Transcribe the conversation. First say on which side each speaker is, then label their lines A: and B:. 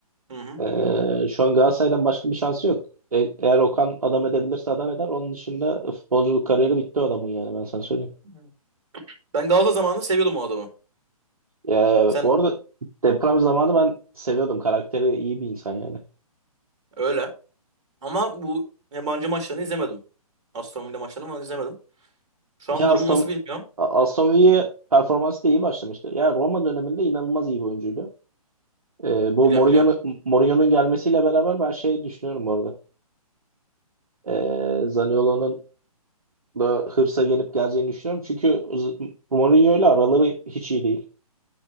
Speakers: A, on the right (about 50°); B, on the right (about 70°).
A: Hı hı.
B: Ee, şu an Galatasaray'dan başka bir şansı yok. E- eğer Okan adam edebilirse adam eder. Onun dışında futbolculuk kariyeri bitti o adamın yani ben sana söyleyeyim.
A: Evet. Ben Galatasaray zamanında seviyordum o adamı.
B: Ee,
A: Sen
B: bu arada deprem zamanı ben seviyordum. Karakteri iyi bir insan yani.
A: öyle. Ama bu yabancı maçlarını izlemedim. Aston Villa maçlarını falan izlemedim. Şu
B: Ya
A: an durumu
B: Aston,
A: nasıl bilmiyorum.
B: Aston Villa performansı da iyi başlamıştı. Ya Roma döneminde inanılmaz iyi bir oyuncuydu. Ee, bu
A: Biliyorum
B: Mourinho'nun
A: biliyorum.
B: Mourinho'nun gelmesiyle beraber ben şey düşünüyorum bu arada. Ee, Zaniolo'nun da hırsa gelip geleceğini düşünüyorum. Çünkü Z- Mourinho ile araları hiç iyi değil.